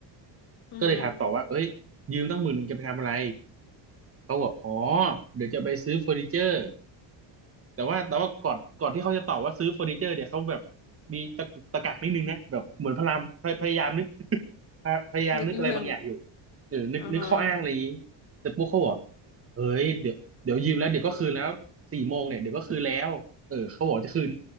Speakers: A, on the left (about 55°); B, on the right (about 30°).
A: อือฮึ
B: ก็เลยถามต่อว่าเอ้ยยืมตั้งหมื่นหนึ่งจะไปทำอะไร เขาบอกอ๋อ เดี๋ยวจะไปซื้อเฟอร์นิเจอร์ แต่ว่าแต่ว่าก่อนก่อนที่เขาจะตอบว่าซื้อเฟอร์นิเจอร์เนี่ยเขาแบบมีตะกุกตะกักนิดนึงนะแบบเหมือนพยายามพยพยายามนึก <laughs> พยพยายามนึกอะไรบางอย่างอยู่
A: นึกเรื่อง
B: เออนึกนึกข้ออ้างอะไรอย่างนี้เสร็ปุ๊กเขาบอก
A: อือฮะ
B: เฮ้ยเดี๋ยวเดี๋ยวยืมแล้วเดี๋ยวก็คืนแล้วสี่โมงเนี่ยเดี๋ยวก็คืนแล้วเออเขาบอกจะคืน